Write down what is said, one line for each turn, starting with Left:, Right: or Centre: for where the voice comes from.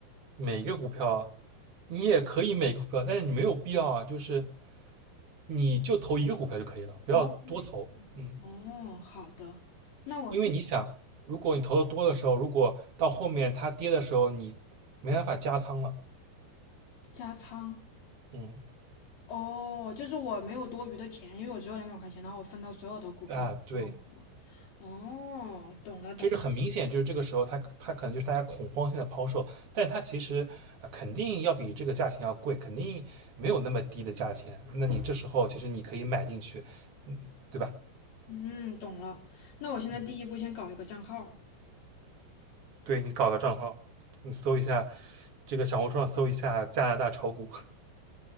Right: 每一个股票你也可以每个股票，但是你没有必要啊，就是你就投一个股票就可以了，不要多投，
Left: 哦，不投
Right: 嗯，
Left: 哦，好的，那我知
Right: 因为你想，如果你投的多的时候，如果到后面它跌的时候，你没办法加仓了，
Left: 加仓。
Right: 嗯
Left: 哦，就是我没有多余的钱，因为我只有两百块钱，然后我分到所有的股票里用完了。
Right: 啊，对，
Left: 哦，懂了，懂了，
Right: 就是很明显，就是这个时候它它可能就是大家恐慌性的抛售，但它其实呃肯定要比这个价钱要贵，肯定没有那么低的价钱。那你这时候其实你可以买进去，嗯，对吧？
Left: 嗯，懂了。那我现在第一步先搞一个账号。
Right: 嗯，对你搞个账号，你搜一下这个小红书上搜一下加拿大炒股，嗯